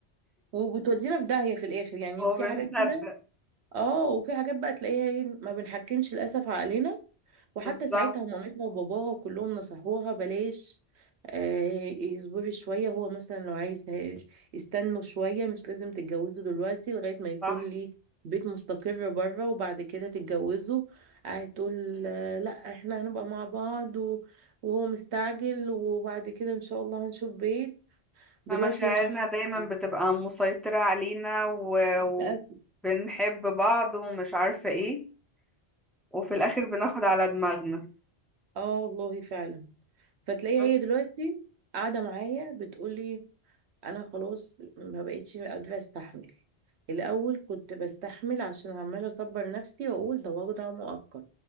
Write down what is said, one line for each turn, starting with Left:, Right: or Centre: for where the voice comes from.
Right: وبتودينا في داهية في الاخر يعني
Centre: <laughs> وبنصدق
Right: في حاجات كده اه وفي حاجات بقى تلاقيها ايه ما بنحكمش للاسف عقلنا وحتى
Centre: بالظبط
Right: ساعتها مامتها وباباها كلهم نصحوها بلاش آه، اصبري شوية هو مثلا لو عايز ه- استنوا شوية مش لازم تتجوزوا دلوقتي لغاية ما يكون
Centre: صح
Right: ليه بيت مستقر بره وبعد كده تتجوزوا قاعد تقول آه، لا احنا هنبقى مع بعض و- وهو مستعجل وبعد كده ان شاء الله هنشوف بيت دلوقتي
Centre: إن مشاعرنا
Right: هي مش عارفة
Centre: دايما
Right: تتجوز.
Centre: بتبقى مسيطرة علينا و...
Right: للأسف
Centre: وبنحب بعض ومش عارفة ايه وفي الآخر بناخد على دماغنا
Right: اه والله فعلا فتلاقيها
Centre: بس
Right: هي دلوقتي قاعدة معايا بتقولي انا خلاص ما بقتش قادره استحمل الاول كنت بستحمل عشان عماله اصبر نفسي واقول ده وجع مؤقت